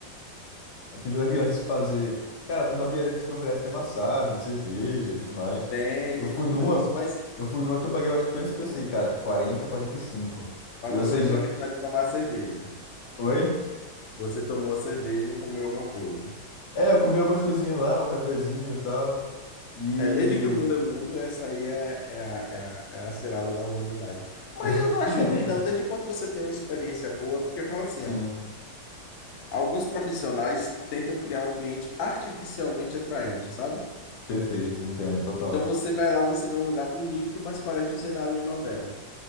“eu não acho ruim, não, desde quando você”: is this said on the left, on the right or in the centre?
Left